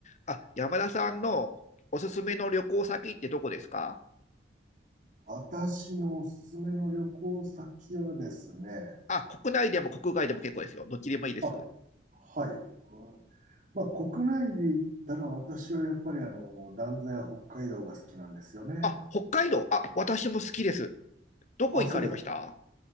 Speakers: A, on the left; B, on the right.
A: あ、山田さんのおすすめの旅行先ってどこですか
B: 私のおすすめの旅行先はですね、
A: あ、国内でも国外でも結構ですよ。どっちでもいいです。
B: あ、はい。うんまあ、国内で言ったら私はやっぱりあの、断然北海道が好きなんですよね。
A: あ、北海道。あ、私も好きです。どこ行かれました
B: あ、そうですね。